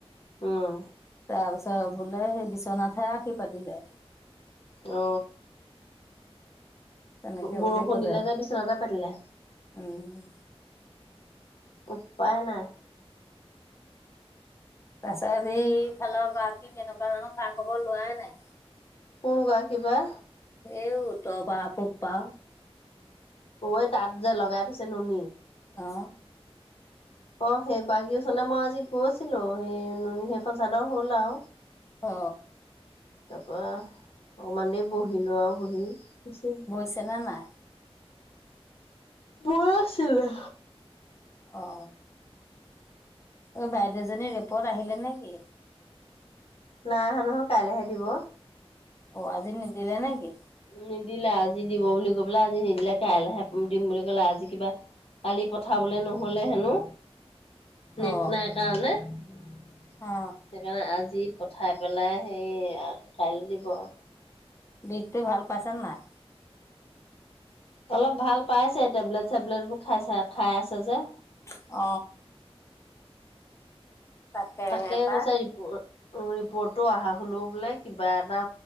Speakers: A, on the left; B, on the left.
A: উম
B: তাৰপিছত বোলে সেই বিশ্বনাথে আশীৰ পাতিলে
A: অ
B: তেনেকে
A: বৰষুণ
B: বুলি কলে
A: দিলে যে বিচনাতে পাতিলে
B: উম
A: উপায় নাই
B: ৰাস্তাত সেই ফালৰ গৰাকী কেনেকুৱা ধৰণৰ খা খবৰ লোৱাই নাই
A: ফোন কৰা কিবা
B: এইওঁ ত বা পপা <unintelligible>
A: ঐ তাত যে লগাই থৈছে নুনী
B: অ
A: অ সেইগৰাকীৰ ওচৰলে মই আজি গৈছিলো সেই নুনি সেইখন চাদৰ হ'ল আও
B: অ
A: তাপা অকণমান দেৰি বহিলো আও বহি আছেই
B: বৈছে নে নাই
A: বৈ আছিলে
B: অ এই বাইদেউজনী ৰেপত আহিলে নেকি
A: নাই আহা নহয় কাইলেহে দিব
B: অ আজি নিদিলে নেকি
A: নিদিলে আজি দিব বুলি কৈ পালে আজি নিদিলে কাইলে দিম বুলি ক'লে আজি কিবা কালি পঠাবলে নহলে হেনো নেট
B: অ
A: নাই কাৰণে সেইকাৰণে
B: অ
A: আজি পঠাই পেলাই হেৰি কাইলে দিব
B: বিষটো ভাল পাইছা নে নাই
A: অলপ ভাল পাইছে টেবলেট চেবলেট বোৰ খাইছে খাই আছে যে
B: অ তাকেহে
A: তাকে
B: পাই
A: কৈছে ৰিপ ৰিপৰ্টটো আহা হলৌ বোলে কিবা এটা